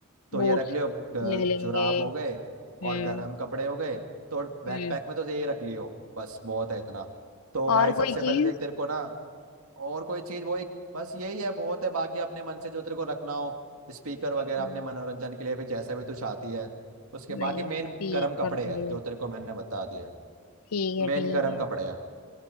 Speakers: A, on the right; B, on the left.
A: तो
B: बूट्स
A: ये रख लियो ग-
B: ले लेंगे
A: जुराब हो गए और
B: हम्म
A: गर्म कपड़े हो गए तो बैकपैक
B: हम्म
A: में तो यही रख लियो बस बहुत है इतना तो भाई
B: और
A: सबसे
B: कोई
A: पहले
B: चीज
A: देख तेरे को ना और कोई चीज वो एक बस यही है बहुत है बाकी अपने मन से जो तेरे को रखना हो स्पीकर वगैरह
B: ठीक
A: अपने मनोरंजन के लिए फिर जैसा भी तू चाहती है उसके
B: नहीं
A: बाकी मेन
B: स्पीकर
A: गर्म कपड़े
B: थोड़ी
A: है जो तेरे को मैंने बता दिया
B: ठीक है
A: मेन
B: ठीक
A: गर्म
B: है
A: कपड़े है